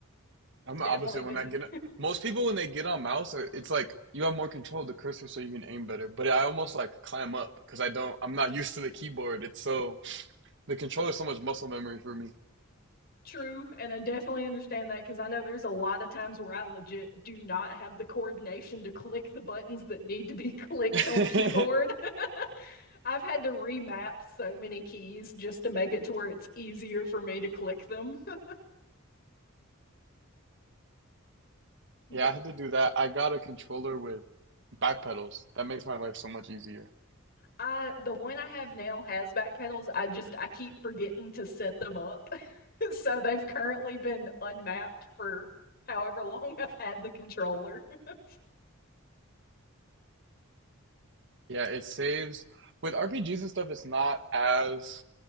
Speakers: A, on the left; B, on the right.
A: it's
B: I'm the
A: definitely
B: opposite
A: been
B: when I get most people when they get on mouse uh, it's like you have more control of the cursor so you can aim better but i almost like climb up because i don't i'm not used to the keyboard it's so The controller is so much muscle memory for me.
A: True, and I definitely understand that because I know there's a lot of times where I legit do not have the coordination to click the buttons that need to be <laughs> clicked
B: <laughs>
A: on keyboard. <laughs> I've had to remap so many keys just to make it to where it's easier for me to click them. <laughs> But
B: Yeah, I had to do that. I got a controller with back pedals. That makes my life so much easier.
A: I the one I have now has back pedals. I just I keep forgetting to set them up. <laughs> So they've currently been unmapped for however long I've had the controller. <laughs>
B: Yeah, it saves with RPGs and stuff. It's not as